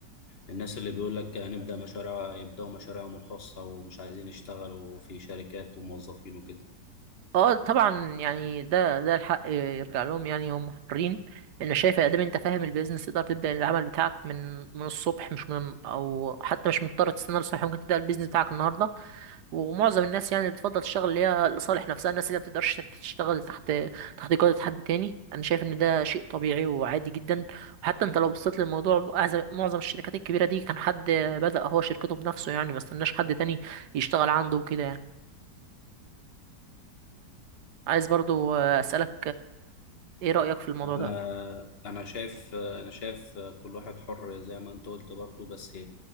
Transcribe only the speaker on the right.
أه طبعا يعني ده ده الحق يرجع لهم يعني هم حرين أنا شايف يا دام أنت فاهم البيزنس تقدر تبدأ العمل بتاعك من من الصبح مش من أو حتى مش مضطر تستنى الصبح ممكن تبدأ البيزنس بتاعك النهاردة ومعظم الناس يعني بتفضل الشغل اللي هي لصالح نفسها الناس اللي ما بتقدرش تشتغل تحت تحت جودة حد تاني انا شايف ان ده شيء طبيعي وعادي جدا وحتى انت لو بصيت للموضوع أعز- معظم الشركات الكبيرة دي كان حد بدأ هو شركته بنفسه يعني ما استناش حد تاني يشتغل عنده وكده يعني عايز برضو أسألك ايه رأيك في الموضوع
ده